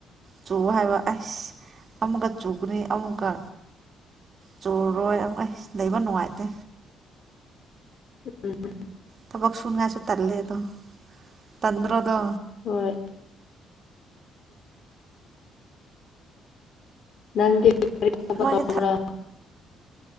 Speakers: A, on the right; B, on the left.
A: ꯆꯨꯕ ꯍꯥꯏꯕ ꯑꯩꯁ ꯑꯃꯨꯛꯀ ꯆꯨꯒꯅꯤ ꯑꯃꯨꯛꯀ ꯆꯨꯔꯣꯏ ꯑꯩ ꯂꯩꯕ ꯅꯨꯡꯉꯥꯏꯇꯦ
B: ꯎꯝ
A: ꯇꯕꯣꯛ ꯁꯟ ꯉꯁꯨ ꯇꯂꯦꯗ ꯄꯟꯗ꯭ꯔꯣꯗ
B: ꯍꯣꯏ ꯅꯗ ꯔꯤꯇꯥꯕꯔꯥ
A: ꯅꯣꯏꯗꯤ